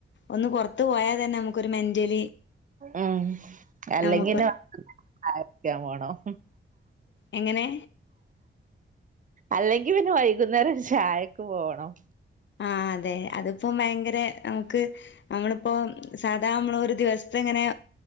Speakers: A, on the left; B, on the right.
A: ഒന്ന് പൊറത്ത് പോയാ തന്നെ നമുക്കൊരു മെന്റലി
B: ഉം അല്ലെങ്കി
A: നമുക്ക്
B: <unintelligible> <unintelligible> പോണം
A: എങ്ങനേ?
B: അല്ലെങ്കി പിന്നെ വൈകുന്നേരം ചായക്ക് പോകണം
A: ആ അതെ അതിപ്പോ ഭയങ്കര നമുക്ക് നമ്മളിപ്പോ സാധാ നമ്മളൊരു ദിവസത്തെ ഇങ്ങനെ